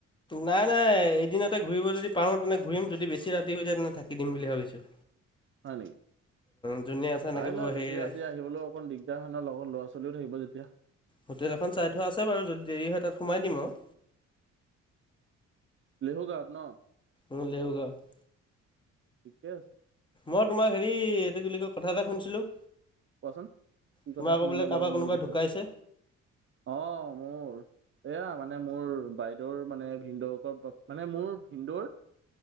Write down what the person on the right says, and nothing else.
হয় নেকি,
চাই
লোৱা
বেছি ৰাতি আহিবলৈ অকন দিগদাৰ হয় ন লগত ল'ৰা ছোৱালী থাকিব যেতিয়া।
লহু গাঁৱত ন?
ঠিকে আছে।
কোৱাচোন কি
কথা
শুনিলা
বাৰু মোৰ
বিষয়ে
অ', মোৰ। এয়া মানে মোৰ বাইদেউৰ মানে ভিনদেউকৰ মানে মোৰ ভিন্দৌৰ